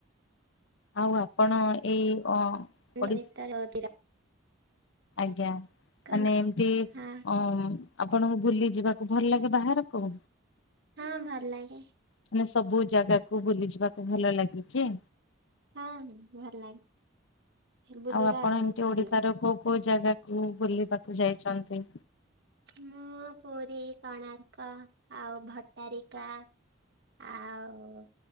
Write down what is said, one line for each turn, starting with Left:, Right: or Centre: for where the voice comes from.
Left: ଆଉ ଆପଣ ଏଇ ଅ
Right: ନ
Left: ଓଡିଶା
Right: ତର <inaudible>
Left: ଆଜ୍ଞା ମାନେ
Right: କଣ
Left: ଏମତି
Right: ହଁ
Left: ଅ ଆପଣଙ୍କୁ ବୁଲି ଯିବାକୁ ଭଲ ଲାଗେ ବାହାରକୁ?
Right: ହଁ ଭଲ ଲାଗେ।
Left: ମାନେ ସବୁ ଜାଗାକୁ ବୁଲି ଯିବାକୁ ଭଲ ଲାଗୁଛି।
Right: ହଁ ହଁ ଭଲ ଲାଗେ ବୁଲିବା
Left: ଆଉ ଆପଣ
Right: ବହୁତ
Left: ଏମିତି
Right: ଭଲ
Left: ଓଡିଶା। କୋଉ ଜାଗାକୁ ବୁଲିବାକୁ ଯାଇଛନ୍ତି?
Right: ମୁଁ ପୁରୀ, କୋଣାର୍କ ଆଉ ଭଟାରିକା ଆଉ